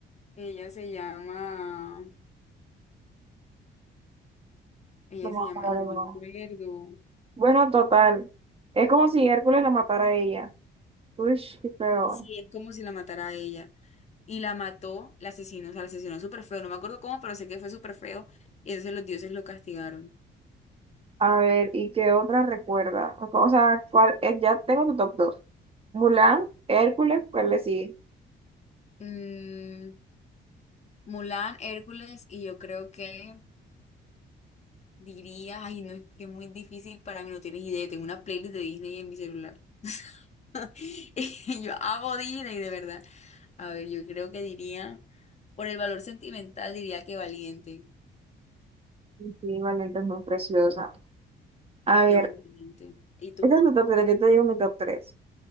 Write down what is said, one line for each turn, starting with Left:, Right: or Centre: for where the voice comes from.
Left: Ella se llama, ella
Right: No me
Left: se llama,
Right: acuerdo.
Left: no me
Right: no.
Left: acuerdo.
Right: Bueno, total. Es como si Hércules la matara a ella. Uy, qué feo.
Left: Sí, es como si la matara a ella. Y la mató, la asesinó, o sea, la asesinó súper feo. No me acuerdo cómo, pero sé que fue súper feo. Y entonces los dioses lo castigaron.
Right: A ver, ¿y qué otra recuerda? O sea, ¿cuál es? Ya tengo tu top 2. Mulan, Hércules, ¿cuál le sigue?
Left: Mm, Mulan, Hércules y yo creo que Diría, ay, no, es que es muy difícil para mí, no tienes idea. Tengo una playlist de Disney en mi celular. <laughs> Yo amo Disney, de verdad. A ver, yo creo que diría, por el valor sentimental, diría que valiente.
Right: Sí, Valiente es muy preciosa. A ver,
Left: Llamo valiente. ¿Y tú?
Right: este es mi top 3. yo te digo mi top 3.